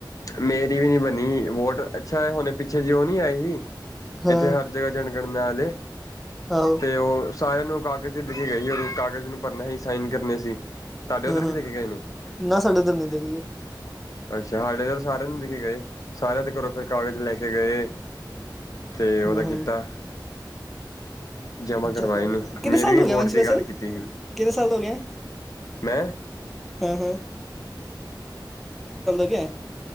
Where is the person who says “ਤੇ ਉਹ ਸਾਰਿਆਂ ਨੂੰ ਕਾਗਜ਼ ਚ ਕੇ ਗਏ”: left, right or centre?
Left